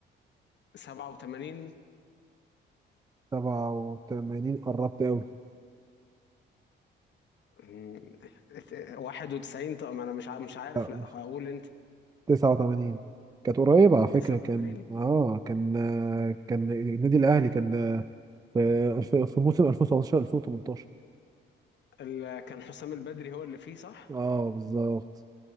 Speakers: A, on the left; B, on the right.
A: 87
B: 87 قربت قوي
A: مم، 91 طب ما أنا مش ع- مش عارف
B: لا
A: لا
B: مش
A: خ- أقول أنت
B: 89 كانت قريبة على فكرة
A: 89
B: كان اه كان آه، كان النادي الأهلي كان آه، في الف- في موسم 2017 2018
A: ال- كان حسام البدري هو اللي فيه صح؟
B: اه بالظبط